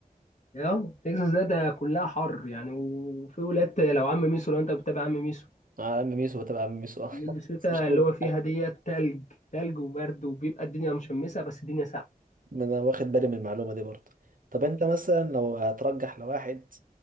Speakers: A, on the left; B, on the right.
A: اه تكساس ده ده كلها حر يعني وفي ولاد لو عم ميسو لو انت بتتابع عم ميسو
B: مع عم ميسو بتابع عم ميسو اه
A: مينيسوتا
B: <laughs> بس مش
A: اللي
B: هو
A: هو فيها ديت تلج تلج وبرد وبيبقى الدنيا مشمسة بس الدنيا
B: ما انا واخد بالي من المعلومه دي برضه طب
A: ساقعة
B: انت مثلا لو هترجح لواحد